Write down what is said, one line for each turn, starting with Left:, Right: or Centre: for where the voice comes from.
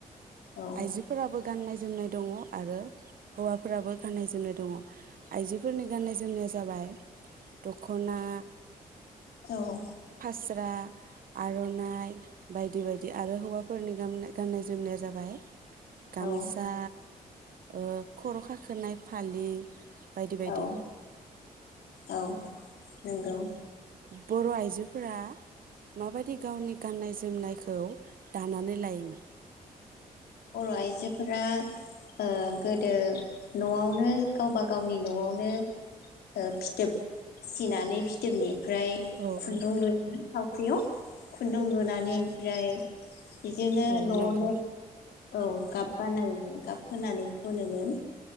Left: औ
Right: आइजोफोराबो गाननाय जोमनाय दङ आरो हौवाफोराबो गाननाय जोमनाय दङ आइजोफोरनि गाननाय जोमनाया जाबाय दख'ना
Left: औ
Right: फास्रा आर'नाइ बायदि बायदि आरो हौवाफोरनि गामनाय गाननाय जोमनाया जाबाय गामसा
Left: औ
Right: ओ खर' हाखोनाय फालि बायदि बायदि
Left: औ औ नोंगौ
Right: बर' आइजोफोरा माबायदि गावनि गाननाय जोमनायखौ दानानै लायोमोन
Left: बर' आइजोफोरा ओ गोदो न'आवनो गावबा गावनि न'आवनो ओ फिथोब सिनानै फिथोबनि फ्राय
Right: औ
Left: खुन्दुं
Right: औ
Left: लु थावख्रियाव खुन्दुं लुनानै ओमफ्राय बिदिनो
Right: औ
Left: न'आवनो
Right: नंगौ
Left: औ गाब बानाय <unintelligible> गाब होनानै फुनोमोन